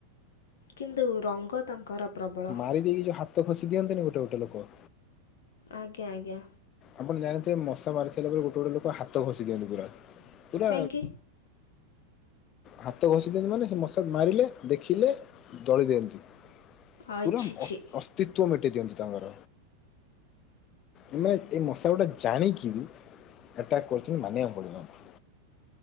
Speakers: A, on the left (about 60°); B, on the left (about 30°).
A: କିନ୍ତୁ ରଙ୍ଗ ତାଙ୍କର। ପ୍ରବଳ
B: ମାରିଦେଇକି ଯୋଉ ହାତ ଘସି ଦିଅନ୍ତିନି ଗୋଟେ ଗୋଟେ ଲୋକ।
A: ଆଜ୍ଞା ଆଜ୍ଞା।
B: ଆପଣ ଜାଣିଥିବେ ମଶା ମାରିସାରିଲା ପରେ ଗୋଟେ ଗୋଟେ ଲୋକ ହାତ ଘଷି ଦିଅନ୍ତି ପୁରା ପୁରା
A: କାହିଁକି?
B: ହାତ ଘଷିଦିଅନ୍ତି ମାନେ ସେ ମଶା ମାରିଲେ ଦେଖିଲେ ଦଳି ଦିଅନ୍ତି
A: ଆ
B: ପୁରାମ
A: ଛି ଛି
B: ଅଅସ୍ତି ତ୍ଵ ମେଟେଇ ଦିଅନ୍ତି ତାଙ୍କର ଏମାନେ ଏଇ ମଶା ଗୋଟେ ଜାଣିକିବି ଆଟାକ୍ କରୁଛି ମାନିବାକୁ ପଡିଵ ଏଙ୍କୁ।